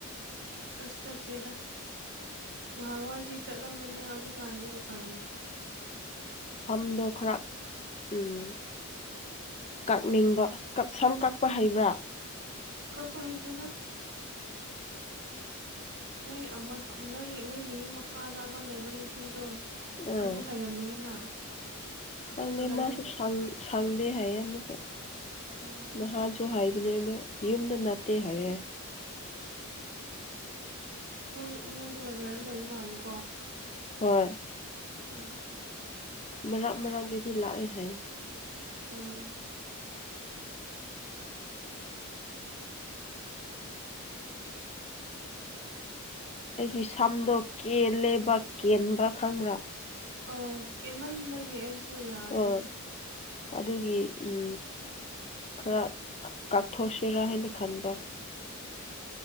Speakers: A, on the right; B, on the left.
A: ꯑꯁ ꯆꯠꯇꯦꯗ ꯅꯍꯥꯟꯋꯥꯏꯗꯤ ꯆꯠꯂꯝꯕꯅꯦ ꯍꯧꯖꯤꯛꯀꯥꯟꯗꯤ ꯎꯄꯥꯏ ꯂꯩꯇꯦ
B: ꯐꯝꯗꯣ ꯈꯔ ꯎꯝ ꯀꯛꯅꯤꯡꯕ ꯀꯛ ꯁꯝ ꯀꯛꯄ ꯍꯩꯕ꯭ꯔꯥ
A: ꯀꯛꯄ ꯍꯩꯇꯦꯗ ꯅꯣꯏ ꯑꯃ ꯅꯣꯏ ꯅꯣꯏꯒꯤ ꯌꯨꯝ ꯃꯈꯥꯗ ꯑꯃ ꯂꯩꯕ ꯅꯨꯄꯤꯗꯣ
B: ꯎꯝ
A: ꯑꯗꯨ ꯍꯩꯔꯝꯒꯅꯤꯅ
B: ꯈꯪꯗꯦ
A: ꯀꯂꯔ
B: ꯃꯥꯁꯨ ꯁꯪ ꯁꯪꯗꯦ ꯍꯥꯏꯌꯦ ꯑꯃꯨꯛꯀ
A: ꯑꯣ
B: ꯅꯍꯥꯟꯁꯨ ꯍꯥꯏꯕꯅꯦ ꯑꯗꯣ ꯌꯨꯝꯗ ꯅꯥꯠꯇꯦ ꯍꯥꯏꯌꯦ
A: ꯅꯣꯏ ꯅꯣꯏꯗꯨ ꯕꯖꯥꯔꯗ ꯂꯩꯕ ꯃꯥꯜꯂꯦꯀꯣ
B: ꯍꯣꯏ
A: ꯍꯣꯏ
B: ꯃꯔꯥꯛ ꯃꯔꯥꯛꯗꯨꯗꯤ ꯂꯥꯛꯑꯦ ꯍꯥꯏꯌꯦ
A: ꯑꯣ
B: ꯑꯩꯒꯤ ꯁꯝꯗꯣ ꯀꯦꯜꯂꯦꯕ ꯀꯦꯟꯕ ꯈꯪꯕ꯭ꯔꯥ
A: ꯑꯣ ꯀꯦꯟꯃꯟꯕꯒꯤ ꯑꯩꯁꯨ ꯌꯥꯗ꯭ꯔꯦ
B: ꯑꯣ ꯑꯗꯨꯒꯤ ꯎꯝ ꯈꯔ ꯀꯥꯠꯊꯣꯛꯁꯤꯔꯥ ꯍꯥꯏꯅ ꯈꯟꯕ